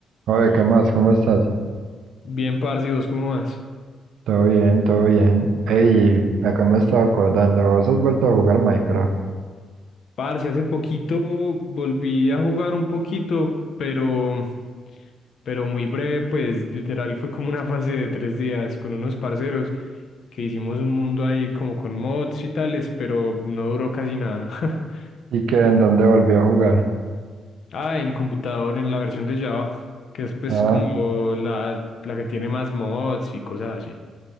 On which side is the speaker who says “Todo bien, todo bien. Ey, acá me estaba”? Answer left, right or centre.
Right